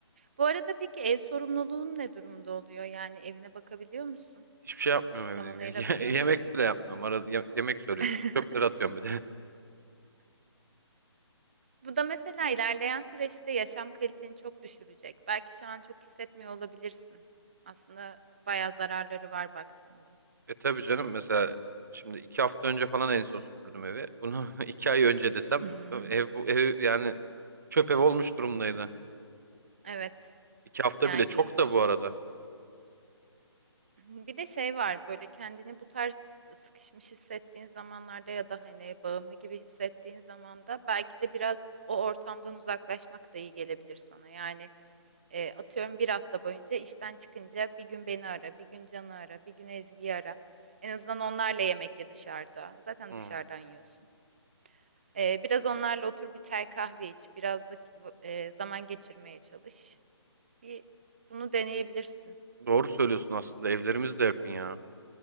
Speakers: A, on the right; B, on the right.
A: Bu arada peki ev sorumluluğun ne durumda oluyor? Yani evine bakabiliyor musun?
B: Hiçbir şey yapmıyorum
A: Zaman
B: evde.
A: ayırabiliyor
B: <laughs> Ye-
A: musun?
B: Yemek bile yapmıyorum. Arada ye- yemek söylüyorum
A: <laughs>
B: işte. Çöpleri atıyorum bir de. <laughs>
A: Bu da mesela ilerleyen süreçte yaşam kaliteni çok düşürecek. Belki şu an çok hissetmiyor olabilirsin. Aslında bayağı zararları var baktığında.
B: E tabii canım mesela şimdi iki hafta önce falan en son süpürdüm evi. Bunu <laughs> iki ay önce desem
A: <laughs>
B: ev bu ev yani çöp ev olmuş durumdaydı.
A: Evet.
B: İki hafta
A: Yani
B: bile çok da bu arada.
A: Bir de şey var böyle kendini bu tarz sıkışmış hissettiğin zamanlarda ya da hani bağımlı gibi hissettiğin zaman da belki de biraz o ortamdan uzaklaşmak da iyi gelebilir sana. Yani e, atıyorum bir hafta boyunca işten çıkınca bir gün beni ara, bir gün Can'ı ara, bir gün Ezgi'yi ara. En azından onlarla yemek ye dışarıda. Zaten
B: Hmm.
A: dışarıdan yiyorsun. E, biraz onlarla otur bir çay kahve iç, biraz da e, zaman geçirmeye çalış. Bir bunu deneyebilirsin.
B: Doğru söylüyorsun aslında evlerimiz de yakın ya.